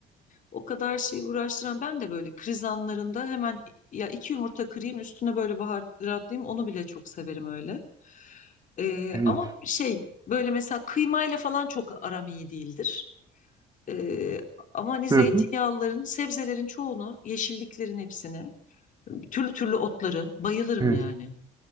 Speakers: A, on the left; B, on the right.
A: O kadar şey uğraştıran ben de böyle kriz anlarında hemen ya iki yumurta kırayım üstüne böyle baharatlayayım onu bile çok severim öyle. Ee,
B: Evet.
A: ama şey böyle mesela kıymayla falan çok aram iyi değildir. Ee, ama hani zeytinyağlıların,
B: Hı hı.
A: sebzelerin çoğunu, yeşilliklerin hepsini, türlü türlü otları bayılırım
B: Evet.
A: yani.